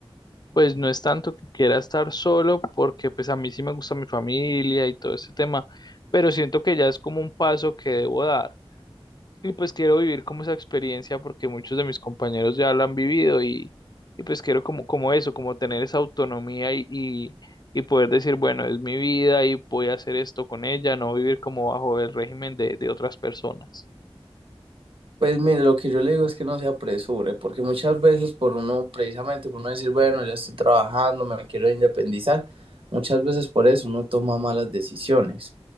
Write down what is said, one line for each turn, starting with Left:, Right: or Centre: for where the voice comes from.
Left: pues no es tanto que quiera estar solo, porque pues a mí sí me gusta mi familia y todo ese tema, pero siento que ya es como un paso que debo dar. Y pues quiero vivir como esa experiencia porque muchos de mis compañeros ya la han vivido y, y pues quiero como, como eso, como tener esa autonomía y, y, y poder decir, bueno, es mi vida y voy a hacer esto con ella, no vivir como bajo el régimen de, de otras personas.
Right: Pues mire, lo que yo le digo es que no se apresure, porque muchas veces por uno, precisamente por uno decir, bueno, ya estoy trabajando, me quiero independizar, muchas veces por eso uno toma malas decisiones.